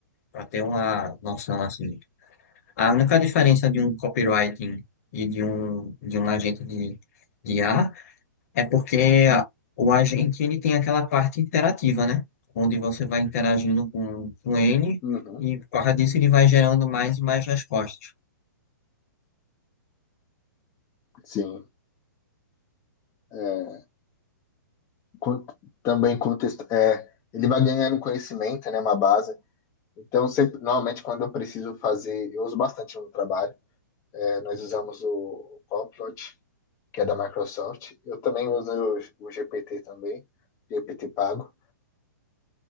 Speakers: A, on the left; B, on the left.
A: para ter uma noção assim. A única diferença de um copywriting e de um, de um agente de, de IA É porque a- o agente ele tem aquela parte interativa, né? Onde você vai interagindo com, com ele
B: Uhum,
A: e por causa disso ele vai gerando mais e mais respostas
B: sim. É, con- também contexto, é, ele vai ganhando conhecimento, né, uma base. Então, sempre, normalmente, quando eu preciso fazer, eu uso bastante no trabalho, é, nós usamos o Copilot que é da Microsoft. Eu também uso o, o GPT também, GPT pago.